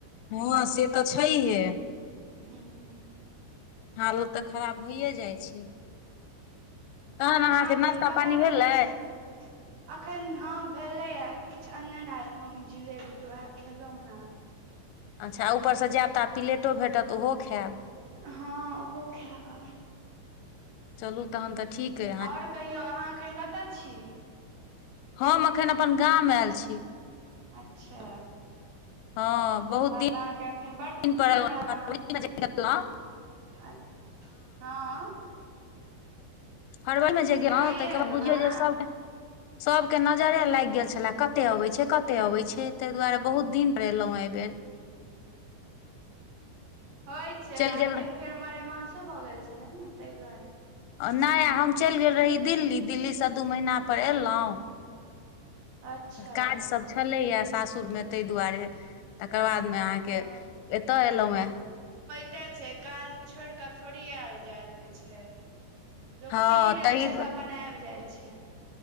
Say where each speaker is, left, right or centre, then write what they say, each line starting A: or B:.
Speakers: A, on the left (about 80°); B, on the right (about 75°).
A: हँं से तऽ छहिए
B: हूँ
A: हालत तऽ खराब भइए जाए छै तहन
B: ओर अहाँ
A: अहाँके
B: एखन
A: नाश्ता
B: कतय
A: पानी
B: रहै
A: भेलै
B: छी अखन हँ भेलेए किछु अनने रहैत मम्मी जिलेबी तऽ उएह खेलहुं हें
A: अच्छा ऊपरसँ जेएब तऽ आब प्लेटो भेटत ओहो खेएब
B: हँ ओहो खेएब आब
A: चलू तहन तऽ ठीक अय
B: आओर कहियौ अहाँ एखन कतय छी।
A: हम अखन अपन गामं मे एल छी।
B: अच्छा।
A: हँ। बहुत
B: तहन तऽ अहाँके एखन बड
A: दिन
B: खुशी
A: पर
B: हेएब
A: फरवरीमे
B: अहाँ।
A: जे गेलहुँ,
B: अ हँ।
A: हरबल मे जे
B: से
A: तैके
B: आइए एलहुँ
A: बाद बुझियौ
B: हेँ
A: जे सबके सबके नजरे लैग गेल छले कते अबे छै कते अबे छै ताहि दुआरे। बहुत दिन पर एलहुॅं एहिबेर
B: होइ छै
A: चलि
B: अखन
A: गेल
B: फेर मलेमासो भऽ गेल छले ने ताहि दुआरे
A: नै आ हम चैल गेल रही दिल्ली दिल्ली से दू महीना पर एलौ
B: अच्छा
A: काज सभ छलैए सासुरमे तै दुआरे तकर बाद मे अहाँके
B: ओ
A: एत एलौ हे।
B: कते छै काज छोड़ क थोड़ी आयल जल होइ छै। लोक
A: हँ
B: फ्री रहै
A: ताहि
B: छै
A: दुआ
B: तऽ अपन आइब जाय छै।